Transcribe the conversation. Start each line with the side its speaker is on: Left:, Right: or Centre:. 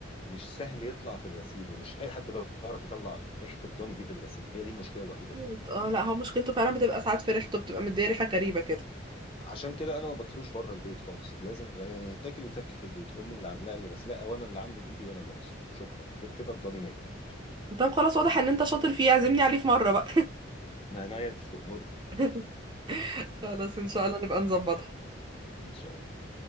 Left: مش سهل يطلع في الغسيل ومش اي حد بيعرف يطلع ريحه الضاني دي في الغسيل هي دي المشكله الوحيده
Right: مظبوط.
Left: فيه
Right: اه لا هو مشكلته فعلا بتبقى ساعات في ريحته بتبقى مديه ريحه غريبه كده
Left: عشان كده انا ما باكلوش بره البيت خالص لازم يعني يتاكل يتاكل في البيت امي اللي عاملاه اللي غسلاه وانا اللي عامله بايدي وانا اللي غسله شكرا غير كده الضاني ما يتاكلش
Right: طب خلاص واضح ان انت شاطر فيه عزمني عليه في مره بقى
Left: من عناية انت تأمري
Right: <laughs> خلاص ان شاء الله نبقى نظبطها
Left: ان شاء الله